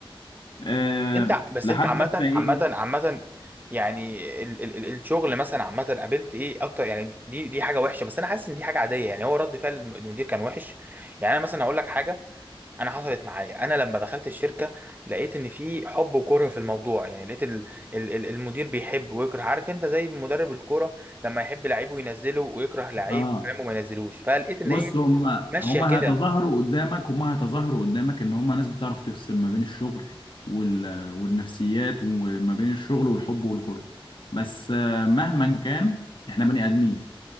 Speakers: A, on the left; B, on the right.
A: أه...
B: انت بس
A: لحد
B: انت عامة
A: بقى ما ايه
B: عامة عامة يعني ال ال ال- الشغل مثلا عامة قابلت ايه اكتر يعني دي دي حاجة وحشة بس انا حاسس ان دي حاجة عادية يعني هو رد فعل الم- المدير كان وحش يعني انا مثلا هقول لك حاجة انا حصلت معايا انا لما دخلت الشركة لقيت ان في حب وكره في الموضوع يعني لقيت ال ال ال المدير بيحب ويكره عارف انت زي مدرب الكورة لما يحب لعيبه ينزله ويكره لعيب
A: اه
B: كلامه ما ينزلوش فلقيت ان
A: بص
B: هي
A: هم
B: ماشية
A: هم
B: كده
A: هيتظاهروا قدامك هم هيتظاهروا قدامك ان هم ناس بتعرف تفصل ما بين الشغل وال... والنفسيات وما بين الشغل والحب والكره بس آه، مهما كان احنا بني ادمين